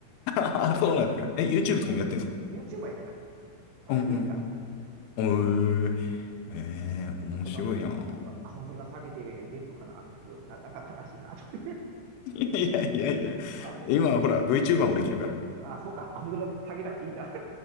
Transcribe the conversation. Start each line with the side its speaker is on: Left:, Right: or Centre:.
Left: <laughs> あ、そうなんですか。
Right: うん、
Left: え、YouTube
Right: うん
Left: とかもやってんですか
Right: YouTuber やってない。これからやりたい。
Left: うんうん。おー、
Right: うん。
Left: えー、
Right: でもこの
Left: 面白いなぁ。
Right: あ青空下げて出るのかなと、それな、なんか悲しいなと。<laughs>
Left: <laughs> いやいやいや、
Right: あ青空。
Left: 今はほら、VTuber もできるから。
Right: あ、そうか、青空下げなくていいんだ。